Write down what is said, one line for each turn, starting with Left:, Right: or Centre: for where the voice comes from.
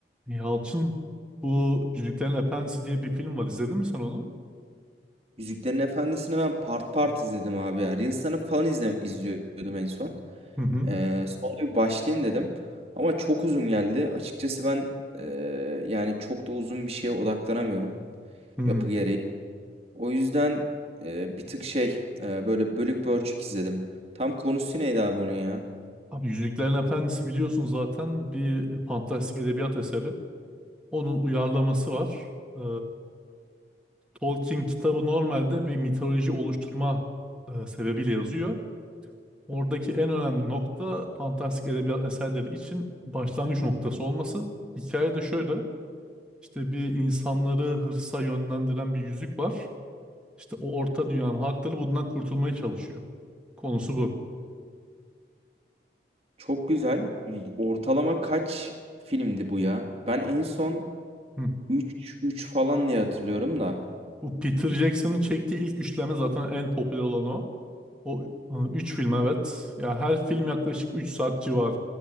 Centre: Yalçın bu Yüzüklerin Efendisi diye bir film var. İzledin mi sen onu?
Right: Yüzüklerin Efendisi'ni ben part part izledim abi ya. Reels'larını falan izle, izliyordum en son.
Centre: Hı hı.
Right: Ee, sonra bir başlayayım dedim. Ama çok uzun geldi. Açıkçası ben e, yani çok da uzun bir şeye odaklanamıyorum
Centre: Hı.
Right: yapı gereği. O yüzden e, bir tık şey e, böyle bölük pörçük izledim. Tam konusu neydi abi onun ya?
Centre: Abi Yüzüklerin Efendisi biliyorsun zaten bir fantastik edebiyat eseri. Onun uyarlaması var. Ee, Tolkien kitabı normalde bir mitoloji oluşturma e, sebebiyle yazıyor. Oradaki en önemli nokta fantastik edebiyat eserleri için başlangıç noktası olması. Hikaye de şöyle. İşte bir insanları hırsa yönlendiren bir yüzük var. İşte o orta dünyanın halkları bundan kurtulmaya çalışıyor. Konusu bu.
Right: Çok güzel. Ortalama kaç filmdi bu ya? Ben en son
Centre: Hı.
Right: 3 3 falan diye hatırlıyorum da.
Centre: Bu Peter Jackson'ın çektiği ilk üçleme zaten en popüler olan o. O e, üç film evet. Ya her film yaklaşık 3 saat civarı.